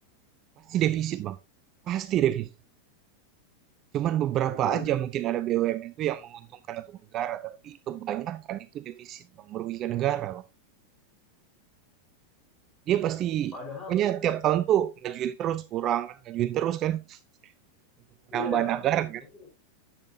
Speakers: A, on the right; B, on the left.
A: pasti defisit, Bang. Pasti defisit. Cuman beberapa
B: itu yang
A: aja mungkin ada BUMN itu yang menguntungkan untuk negara, tapi kebanyakan itu defisit, Bang, merugikan negara, Bang. Dia pasti
B: Padahal,
A: pokoknya tiap tahun tuh ngajuin terus kurang kan, ngajuin terus kan untuk penambahan
B: iya,
A: anggaran kan.
B: itu